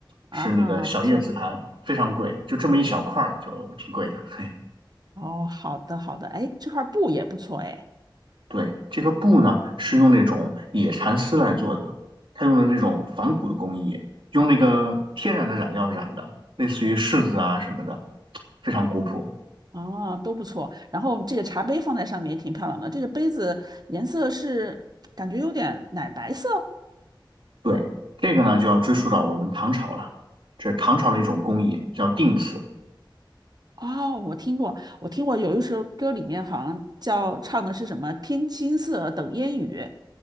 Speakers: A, on the right; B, on the right.
A: 啊，
B: 是那个小叶紫檀，
A: 不错。
B: 非常贵，就这么一小块儿就挺贵的。<laughs> 嘿，
A: 哦，好的好的，哎，这块布也不错哎，
B: 对，这个布呢是用那种野蚕丝来做的，它用的那种仿古的工艺，用那个天然的染料染的，类似于柿子啊什么的，非常古朴。
A: 哦，都不错。然后这个茶杯放在上面也挺漂亮的，这个杯子颜色是感觉有点奶白色。
B: 对，这个呢就要追溯到我们唐朝了，这是唐朝的一种工艺叫定瓷。
A: 哦，我听过，我听过有一首歌里面好像叫唱的是什么“天青色等烟雨”，